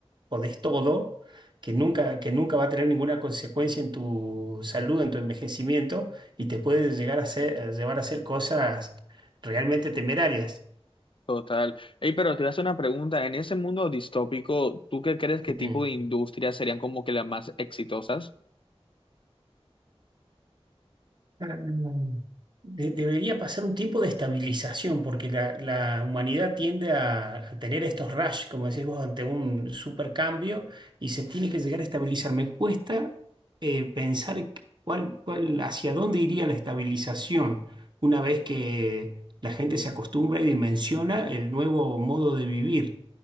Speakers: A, on the right (about 45°); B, on the left (about 55°).
A: podés todo, que nunca, que nunca va a tener ninguna consecuencia en tu salud, en tu envejecimiento, y te puede llegar a hacer, a llevar a hacer cosas realmente temerarias.
B: Total. Ey, pero te voy a hacer una pregunta. En ese mundo distópico, ¿tú qué crees que tipo
A: Sí.
B: de industrias serían como que las más exitosas?
A: Ah, de- debería pasar un tiempo de estabilización, porque la, la humanidad tiende a, a tener estos rush, como decís vos, ante un supercambio y se tiene que llegar a estabilizar. Me cuesta eh, pensar cuál, cuál, hacia dónde iría la estabilización una vez que la gente se acostumbra y dimensiona el nuevo modo de vivir.